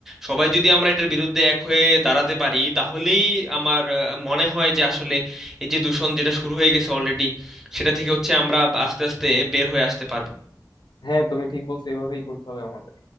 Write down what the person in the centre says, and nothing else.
সবাই যদি আমরা এটার বিরুদ্ধে এক হয়ে দাঁড়াতে পারি তাহলেই আমার আহ, মনে হয় যে আসলে এই যে দূষণ যেটা শুরু হয়ে গেছে অলরেডি সেটা থেকে হচ্ছে আমরা আস্তে আস্তে বের হয়ে আসতে পারবো